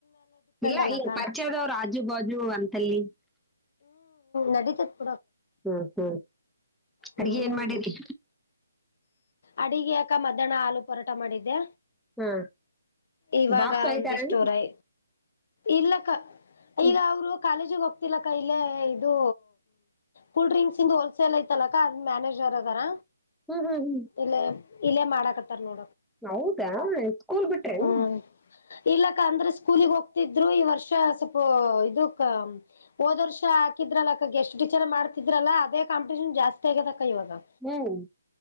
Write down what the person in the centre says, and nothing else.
ಇಲ್ಲ
ಈ ಪರ್ಚದವ್ರು ರಾಜು ಬು ಜ ಅಂತಲ್ಲಿ
ಹ್ಮ್ ಹ್ಮ್
ಅಡ್ಗಿ ಏನ್ ಮಾಡರಿ
ಹಾ
ಬಾಕ್ಸ್ ಒಯ್ತಾರೇನು
ಹ್ಮ್
ಹ್ಮ ಹಾ ಹ್ಮ
ಹೌದಾ ಸ್ಕೂಲ್ ಬಿಟ್ರೆನು
ಹ್ಮ್